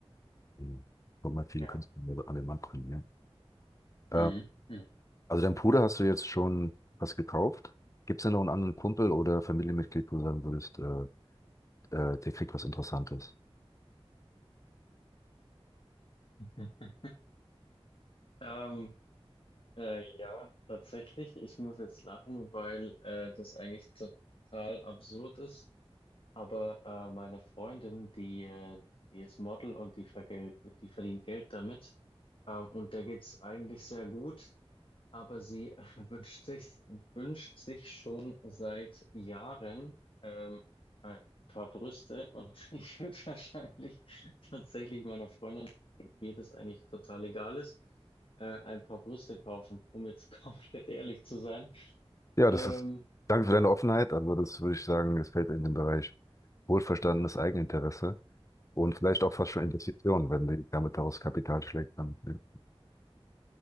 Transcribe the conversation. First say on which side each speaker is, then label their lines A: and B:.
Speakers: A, on the left; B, on the left.
A: Mhm. Kommt mal viele
B: Ja,
A: Künstler an den Markt bringen,
B: Mhm.
A: ja. Äh,
B: Mhm.
A: also dein Bruder hast du jetzt schon was gekauft? Gibt es denn noch einen anderen Kumpel oder Familienmitglied, wo du sagen würdest, äh, äh, der kriegt was Interessantes?
B: Hm. Ähm, äh, ja, tatsächlich. Ich muss jetzt lachen, weil äh, das eigentlich total absurd ist. Aber äh, meine Freundin, die, äh, die ist Model und die vergelt, die verdient Geld damit. Ähm, und der geht's eigentlich sehr gut. Aber sie <laughs> wünscht sich, wünscht sich schon seit Jahren ähm, ein paar Brüste. Und <laughs> ich würde wahrscheinlich tatsächlich meiner Freundin mir das eigentlich total egal ist, äh, ein paar Brüste kaufen, um jetzt <laughs> komplett ehrlich zu sein.
A: Ja,
B: Ähm,
A: das ist, danke für deine Offenheit, aber das würde ich sagen, das fällt in den Bereich wohlverstandenes Eigeninteresse und vielleicht auch fast schon Investitionen, wenn die damit daraus Kapital schlägt. Dann, ja. Ist